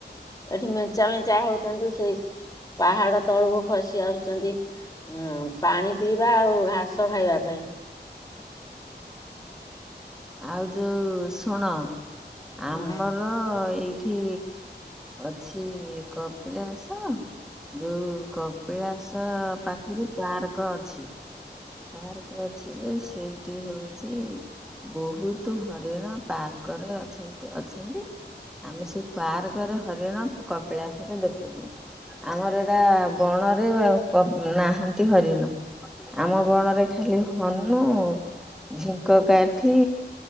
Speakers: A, on the left (about 20°); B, in the centre.
A: ଏଠି ମେଞ୍ଚା ମେଞ୍ଚା ହଉଛନ୍ତି ସେଇ ପାହାଡ ତଳକୁ ଖସି ଆସୁଛନ୍ତି ଅ ପାଣି ପିଇ ଯିବା ଆଉ ଘାସ ଖାଇବା ପାଇଁ।
B: ଆଉ ଯୋଉଁ ଶୁଣ। ଆମର
A: ହଁ
B: ଏଇ ଏଠି ଅଛି କପିଳାସ ଯୋଉଁ କପିଳାସ ପାଖରେ ପାର୍କ ଅଛି ପାର୍କ ଅଛି ଯେ ସେଇ ସେଠି ହେଉଛି ବହୁତ ହରିଣ ପାର୍କରେ ଅଛନ୍ତି ଅଛନ୍ତି ଆମେ ସେ ପାର୍କରେ ହରିଣ କପିଳାସରେ ଦେଖୁିଲୁ ଆମର ଏଇଟା ବଣରେ ନାହାନ୍ତି ହରିଣ ଆମ ବଣରେ ଖାଲି ହନୁ ଝିଙ୍କ କାଠି